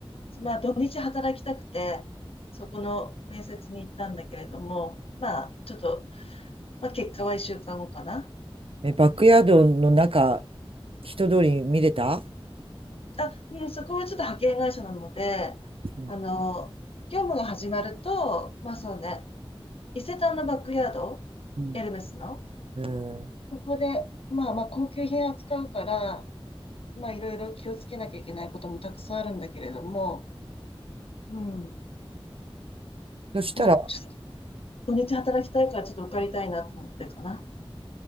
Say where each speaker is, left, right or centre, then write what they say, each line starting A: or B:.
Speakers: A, on the left; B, on the right.
A: まあ、土日働きたくて、そこの面接に行ったんだけれども、まあ、ちょっと、まあ、結果は1週間後かな。
B: ー、え、バックヤードの中、人通り見れた
A: あ、うん、そこはちょっと派遣会社なので、
B: うん
A: あの、業務が始まると、まあそうね、伊勢丹のバックヤード、
B: うん
A: エルメスの、
B: えー
A: そこで、まあまあ高級品扱うから、まあいろいろ気をつけなきゃいけないこともたくさんあるんだけれども、うん、
B: そしたら、
A: まあちょっと土日働きたいからちょっと受かりたいなと思ってるかな。